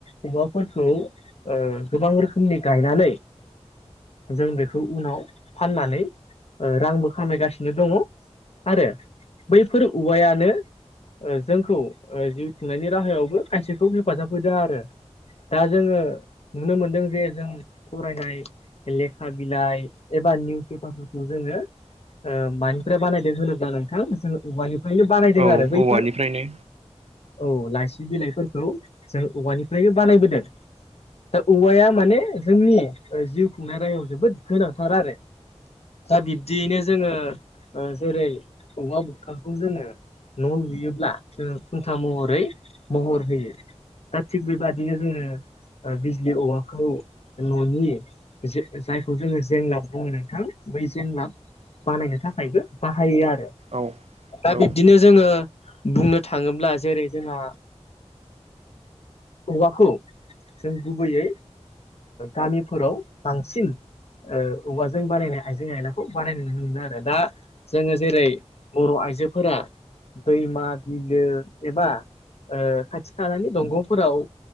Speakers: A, on the left; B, on the right.
A: औवाफोरखौ ओ गोबां रोखोमनि गायनानै जों बेखौ उनाव फाननानै ओ रांबो खामायगासिनो दङ। आरो बैफोर औवायानो जोंखौ जिउ खुंनायनि राहायावबो खायसेखौ हेफाजाब होदों आरो दा जोङो नुनो मोनदों जे जों फरायनाय लेखा बिलाइ एबा निउस पेपारफोरखौ जोङो मानिफ्राय बानायदों होनोब्ला नोंथां जो ओयेनो बानायदों
B: औ
A: आरो बैफोर
B: औवानिफ्रायनो
A: औ लाइसि बिलाइफोरखौ जों औवानिफ्राय बानायबोदों। दा औवाया माने जोंनि जिउ खुंनाय रायायाव जोबोद गोनांथार आरो दा बिब्दियैनो जोङो जेरै अमा बथखाखौ जोङो न' लुयोब्ला जों खुन्था महरै महर होयो। दा थिग बे बादिनो जोंङो बिजलि औवाखौ न'नि जायखौ जोङो जोंलाब बुङ नोंथां बै जोंलाब बानायनो थाखायबो बाहायो आरो।
B: औ
A: दा
B: औ
A: बिब्दिनो जोङो बुंनो थाङोब्ला जेरै जोंहा हौवाखौ जों गुबैयै गामिफोराव बांसिन औवाजों बानायनाय आइजें आयलाखौ बानायनाय नुनो मोनो आरो दा जोङो जेरै बर' आइजोफोरा दैमा बिलो एबा खाथि खाानानै दंग' फोराव